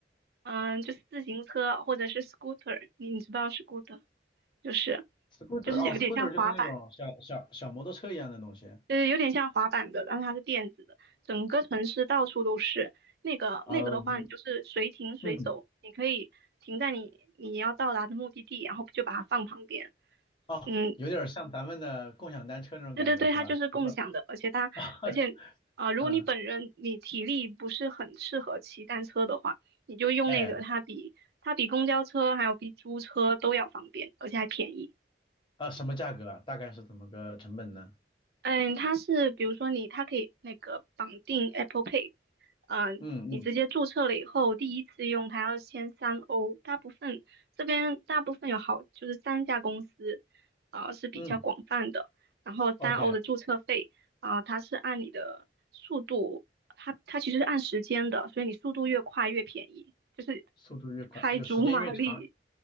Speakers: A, on the right (about 60°); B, on the left (about 25°).
A: 嗯、就是自行车或者是 scooter，你你知不知道 scooter。就是
B: <laughs>？scooter
A: 就是有点像滑板，
B: 哦，scooter 就是那种小小小摩托车一样的东西啊，
A: 就是有点像滑板的，但是它是电子的，整个城市到处都是。那个那个的话，
B: 嗯
A: 你就是随停随走，
B: 嗯，
A: 你可以停在你你要到达的目的地，然后就把它放旁边。
B: 哦，
A: 嗯，
B: 有点像咱们的共享单车那种感觉是吧？
A: 对对对，它就是共享的，
B: 不过，
A: 而且它而且啊、
B: <laughs>
A: 呃如果你本人你体力不是很适合骑单车的话，
B: 嗯，
A: 你就用那个，
B: 哎。
A: 它比它比公交车还有比租车都要方便，而且还便宜。
B: 啊，什么价格啊？大概是怎么个成本呢？
A: 嗯，它是比如说你，它可以那个绑定 Apple Pay，嗯、
B: 嗯嗯
A: 你直接注册了以后，第一次用它要先三欧，大部分这边大部分有好就是三家公司，啊、是比较广泛的，
B: 嗯
A: 然后三欧的注册费啊、
B: ，OK，
A: 它是按你的速度，它它其实是按时间的，所以你速度越快越便宜，就是
B: 速度越快，
A: 开足马力。
B: 就时间越长，